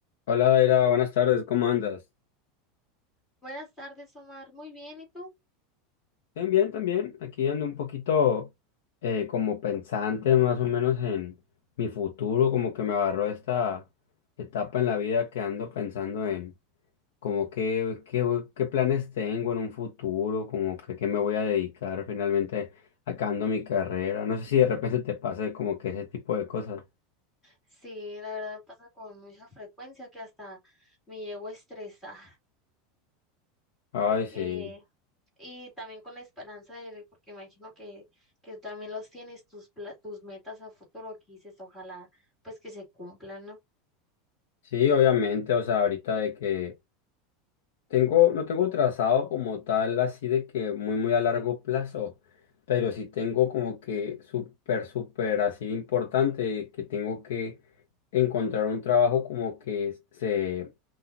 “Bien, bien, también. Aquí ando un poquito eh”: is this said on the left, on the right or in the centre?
Left